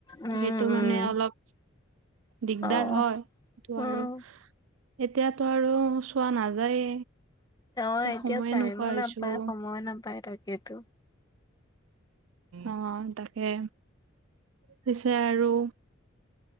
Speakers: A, on the left; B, on the right.
A: উম
B: ত সেইটো
A: উম
B: মানে অলপ দিগদাৰ
A: অ
B: হয়। ত
A: উম
B: আৰু এতিয়াতো আৰু চোৱা নাযায়ে।
A: অ এতিয়া
B: সময়ে
A: টাইমো
B: নোপোৱা হৈছো
A: নাপায়, সময়ো নাপায় তাকেতো।
B: অ তাকে পিছে আৰু